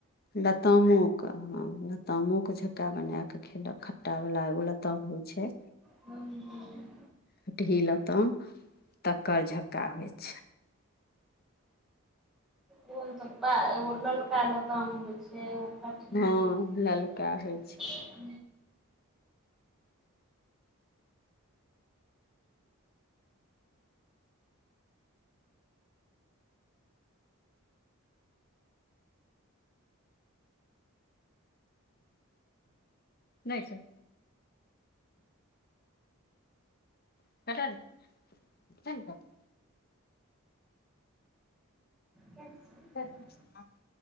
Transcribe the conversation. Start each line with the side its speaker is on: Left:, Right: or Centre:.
Left: लतामोेकऽ ह लतामो के झक्का बना कऽ खेलक खट्टा वला एगो लताम होइ छै
Centre: हूँ हूँ
Left: कटही लताम तक्कर झक्का होइ छइ
Centre: ओहोमे तऽ एगो ललका लताम होइ छै पकी
Left: हँ
Centre: होइ छै
Left: ललका होइ
Centre: <unintelligible>
Left: नहि छथि <unintelligible>
Centre: छै
Left: सच <unintelligible>